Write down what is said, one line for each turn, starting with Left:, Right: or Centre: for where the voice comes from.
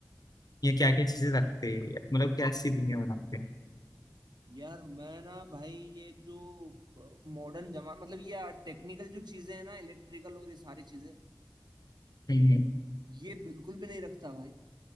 Left: या क्या क्या चीजें रखते मतलब कैसी दुनिया बनाते
Right: यार मैं ना भाई ये जो मॉडर्न जमा मतलब ये टेक्निकल जो चीजें हैं ना इलेक्ट्रिकल और ये सारी चीजें
Left: हम्म हम्म।
Right: ये बिल्कुल भी नहीं रखता भाई